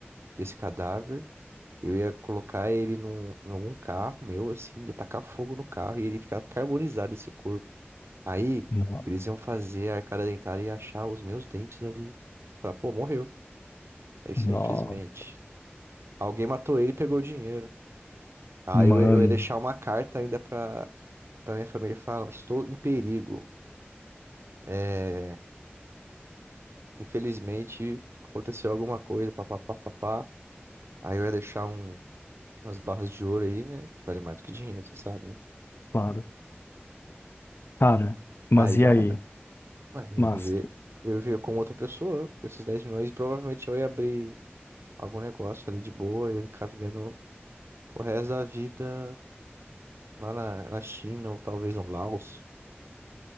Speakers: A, on the right (about 80°); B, on the left (about 65°).
A: desse cadáver. Eu ia colocar ele num, em algum carro meu, assim, ia tacar fogo no carro e ele ficar carbonizado esse corpo. Aí
B: Não.
A: eles iam fazer a arcada dentária e achar os meus dentes ali. Falar, pô, morreu. É isso
B: Não.
A: aí, infelizmente. Alguém matou ele e pegou o dinheiro. Aí eu,
B: Mano,
A: eu ia deixar uma carta ainda pra, pra minha família falar, estou em perigo. É, infelizmente aconteceu alguma coisa, papapá, papá. Aí eu ia deixar um- umas barras de ouro aí, né? Que vale mais do que dinheiro, você sabe, né?
B: para. Cara, mas
A: Aí
B: e
A: já
B: aí?
A: era. Ué, eu
B: Mas,
A: ia viver, eu ia viver como outra pessoa, com esses 10 milhões, e provavelmente eu ia abrir algum negócio ali de boa, eu ia ficar vivendo. O resto da vida lá na, na China, ou talvez no Laos.